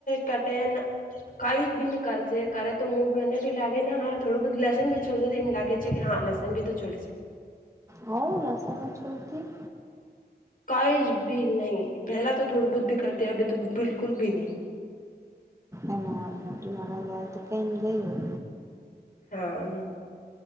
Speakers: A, on the left; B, on the right.
A: કટે કઈ બીને કરશે કરે તો મને ભી લાગે ને હા થોડું બધું લેસન ભી ચોતો એમ લાગે છે કે હા. નાસાંગી તો ચલી છે.
B: હવ લસ ના ચલ્તી
A: કાઈશ ભી નહી પહેલા તો થોડી બહુત ભી કરતી અભ તો બિકુલ ભી નહી. <unintelligible>
B: અને મોટી ન રંધ આવે તો કઈ ગયું.
A: હા.